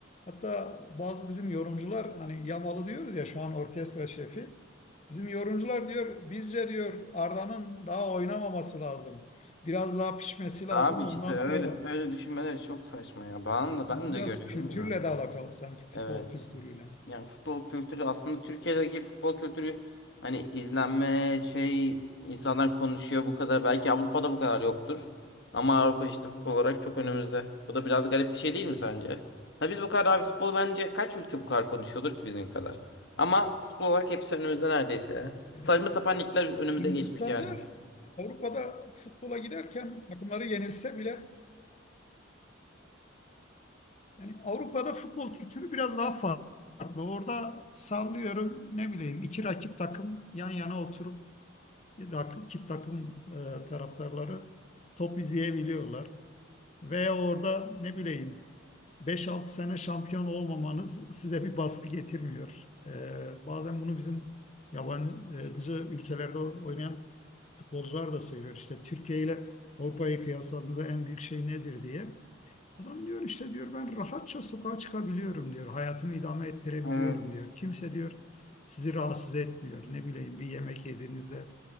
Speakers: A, on the left (about 35°); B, on the left (about 55°).
A: Hatta bazı bizim yorumcular hani Yamalı diyoruz ya şu an orkestra şefi. Bizim yorumcular diyor bizce diyor Arda'nın daha oynamaması lazım. Biraz daha pişmesi lazım
B: Abi
A: ondan
B: işte öyle
A: sonra.
B: öyle düşünmeleri çok saçma ya. Ben de ben
A: Bu
B: de
A: biraz
B: görüyorum
A: kültürle
B: ya.
A: de alakalı sanki futbol
B: Evet.
A: kültürüyle.
B: Yani futbol kültürü aslında Türkiye'deki futbol kültürü hani izlenme şey insanlar konuşuyor bu kadar. Belki Avrupa'da bu kadar yoktur. Ama Avrupa işte futbol olarak çok önümüzde. Bu da biraz garip bir şey değil mi sence? Ha biz bu kadar abi futbol bence kaç ülke bu kadar konuşuyordur ki bizim kadar. Ama futbol olarak hepsi önümüzde neredeyse. ya.
A: Yani
B: Saçma sapan ligler önümüze
A: insanlar
B: geçmiş yani.
A: Avrupa'da futbola giderken takımları yenilse bile yani Avrupa'da futbol kültürü biraz daha farklı. Orada sallıyorum ne bileyim iki rakip takım yan yana oturup rak- iki takım e, taraftarları top izleyebiliyorlar. Veya orada ne bileyim beş altı sene şampiyon olmamanız size bir baskı getirmiyor. E, bazen bunu bizim yabancı ülkelerde oynayan futbolcular da söylüyor. İşte Türkiye ile Avrupa'yı kıyasladığınızda en büyük şey nedir diye. Adam diyor işte diyor ben rahatça sokağa çıkabiliyorum diyor. Hayatımı idame ettirebiliyorum
B: Evet.
A: diyor. Kimse diyor sizi rahatsız etmiyor. Ne bileyim bir yemek yediğinizde